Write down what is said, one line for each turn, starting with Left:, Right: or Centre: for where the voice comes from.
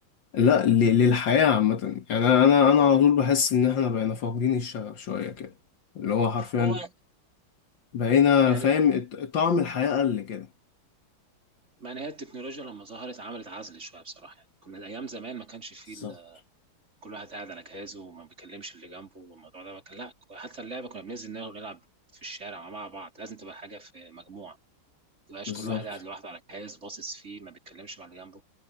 Left: لا ل- للحياة عامة يعني انا انا أنا على طول بحس ان احنا بقينا فاقدين الشغف شوية كده اللي هو حرفيا
Right: هو
Left: بقينا
Right: يعني
Left: فاهم الط- طعم الحياة قل كده
Right: ما هي التكنولوجيا لما ظهرت عملت عزل شويه بصراحه يعني كنا ايام زمان ما كانش فيه
Left: بالظبط
Right: ال- كل واحد قاعد على جهازه وما بيكلمش اللي جنبه والموضوع ده كان لا حتى اللعبه كنا بننزل نلعب نلعب في الشارع مع بعض لازم تبقى حاجه في مجموعه ما تبقاش
Left: بالظبط
Right: كل واحد قاعد لوحده على جهاز باصص فيه ما بيتكلمش مع اللي جنبه